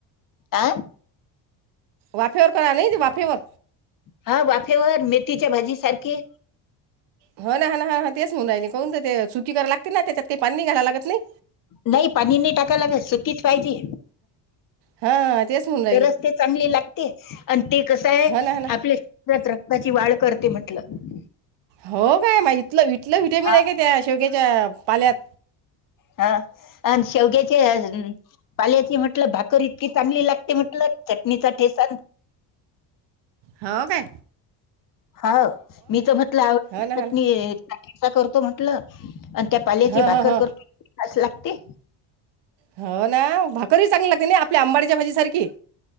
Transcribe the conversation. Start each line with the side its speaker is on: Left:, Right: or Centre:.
Left: आं
Right: वाफेवर करा नाही ते वाफेवर
Left: हा वाफेवर मेथीच्या भाजी सारखी
Right: हा ना हा ना ह ह तेच म्हण राहि कोणन ते सुटकी कराला लागते ना त्याच्यात ते पाणी घ्यायला लागत नाही
Left: नाही पाणी नाही टाका लागा सुकीच पाायती
Right: हां तेच म्हणून राहिली
Left: तरच ते चांगले लागते आणि ते कसं आहे
Right: हो ना हा ना
Left: आपल्या शरीरात त्याची वाढ करते म्हटलं
Right: हो काय मा इथलं इथलं वि्हटॅमिन
Left: हा
Right: आहे का त्या शेवग्याच्या पाल्यात
Left: हा आणि शेवग्याचे पाल्याची म्हटल भाकर इतकी चांगली लागते म्हटल चटणीचा ठेसा
Right: हो का
Left: हा मी तर म्हटलं आवडत
Right: हो ना
Left: चटनीचा
Right: हो ना
Left: करतो म्हटलं आणि त्या पाल्याची
Right: हो
Left: भाकर
Right: हो हो
Left: करत खास लागते
Right: हो ना भाकररी चांगली लागते ना आपल्या आंबाड्याच्या भाजी सारखी